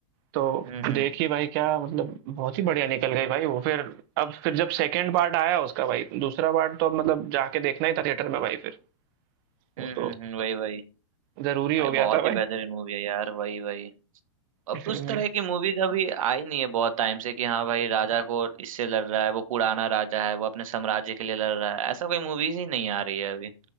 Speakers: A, on the right; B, on the right.
A: तो
B: हम्म हम्म
A: देखी भाई क्या मतलब बहुत ही बढ़िया निकल गई भाई वो फिर अब फिर जब सेकंड पार्ट आया उसका भाई दूसरा पार्ट तो अब मतलब जाके देखना ही था थिएटर में भाई फिर
B: हम्म
A: वो तो
B: हम्म हम्म, वही वही
A: जरूरी हो
B: भाई
A: गया
B: बहुत
A: था भाई
B: ही बेहतरीन मूवी है यार वही वही अब
A: हम्म।
B: उस तरह की मूवीज अभी आई नहीं है बहुत टाइम से कि हाँ भाई राजा को इससे लड़ रहा है वो पुराना राजा है वो अपने साम्राज्य के लिए लड़ रहा है ऐसा कोई मूवीज ही नहीं आ रही है अभी